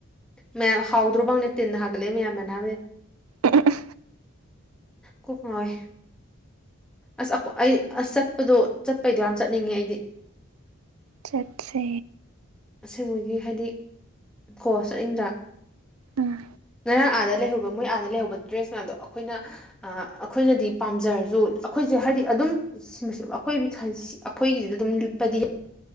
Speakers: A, in the centre; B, on the right.
A: ꯃ ꯍꯥꯎꯗꯔꯣ ꯐꯪꯅꯦ ꯇꯤꯟꯅ ꯍꯒꯂ ꯃꯌꯥꯝ ꯃꯅ
B: ꯎꯝꯎꯝꯎꯝ
A: ꯀꯣꯛ ꯉꯥꯎꯏ ꯑꯁ ꯑꯩ ꯑꯁ ꯆꯠꯄꯗꯣ ꯆꯠꯄꯩꯗꯣ ꯌꯥꯝ ꯆꯠꯅꯤꯡꯉꯦ ꯑꯩꯗꯤ
B: ꯆꯠꯁꯦ
A: ꯑꯁꯦꯡꯕꯒꯤ ꯍꯥꯏꯗꯤ ꯀꯣ ꯆꯠꯅꯤꯡꯗ
B: ꯑꯥ
A: ꯉꯔꯥꯡ ꯑꯥꯗ ꯂꯩꯍꯧ ꯃꯣꯏ ꯑꯥꯗ ꯂꯩꯍꯧꯕ ꯗ꯭ꯔꯦꯁ ꯃꯌꯥꯝꯗꯣ ꯑꯩꯈꯣꯏꯅ ꯑ ꯑꯩꯈꯣꯏꯅꯗꯤ ꯄꯥꯝꯖꯔꯁꯨ ꯑꯩꯈꯣꯏꯁꯦ ꯍꯥꯏꯗꯤ ꯑꯗꯨꯝ ꯁꯤꯃꯁꯨ ꯑꯩꯈꯣꯏ ꯑꯩꯈꯣꯏꯒꯤꯁꯤꯗ ꯑꯗꯨꯝ ꯂꯤꯛꯄꯗꯤ